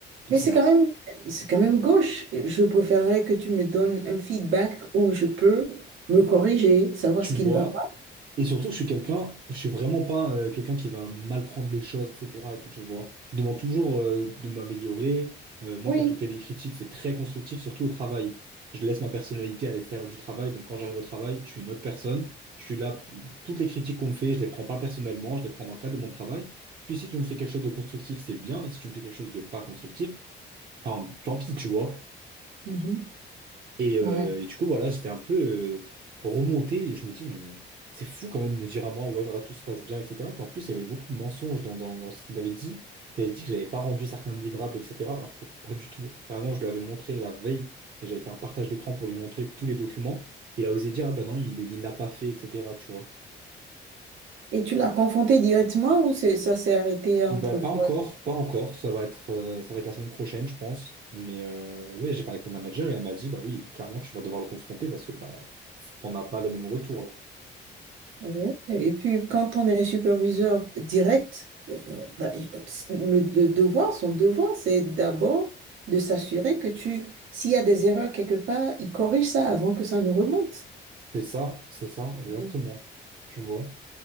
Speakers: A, on the right (about 50°); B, on the right (about 80°).
A: Donc,
B: Mais
A: ça
B: c'est
A: m'a
B: quand même, c'est quand même gauche. Je préférerais que tu me donnes un feedback où je peux me corriger, savoir
A: tu
B: ce qui
A: vois.
B: ne va pas.
A: Et surtout, je suis quelqu'un, je suis vraiment pas euh, quelqu'un qui va mal prendre les choses, etc. Et tout, tu vois. Je demande toujours euh, de m'améliorer. Euh, moi,
B: Oui.
A: quand on fait des critiques, c'est très constructif, surtout au travail. Je laisse ma personnalité à l'extérieur du travail. Donc, quand j'arrive au travail, je suis une autre personne. Je suis là. Toutes les critiques qu'on me fait, je les prends pas personnellement. Je les prends dans le cadre de mon travail. Puis, si tu me fais quelque chose de constructif, c'est bien. Et si tu me fais quelque chose de pas constructif, enfin, tant pis, tu vois.
B: Mhm.
A: Et, euh,
B: Ouais.
A: et du coup, voilà, j'étais un peu euh, remonté et je me dis, mais euh, c'est fou quand même de me dire à moi, ouais, voilà, tout se passe bien, etc. Puis en plus, il y avait beaucoup de mensonges dans, dans, dans ce qu'il avait dit. Il avait dit que j'avais pas rendu certains livrables, etc. Alors que pas du tout. Vraiment, je lui avais montré la veille et j'avais fait un partage d'écran pour lui montrer tous les documents. Il a osé dire, ah bah non, il il l'a pas fait, etc. Tu vois.
B: Et tu l'as confronté directement ou c'est, ça s'est arrêté entre
A: Bah, pas
B: toi
A: encore,
B: et...
A: pas encore. Ça va être, euh, ça va être la semaine prochaine, je pense. Mais euh, ouais, j'ai parlé avec mon manager et elle m'a dit, bah oui, clairement, tu vas devoir le confronter parce que bah, t'en as pas les mêmes retours là.
B: Ouais. Et puis, quand on est superviseur direct, euh, bah, le, le devoir, son devoir, c'est d'abord de s'assurer que tu, s'il y a des erreurs quelque part, il corrige ça avant que ça ne remonte.
A: C'est ça, c'est ça, exactement.
B: Mhm.
A: Tu vois?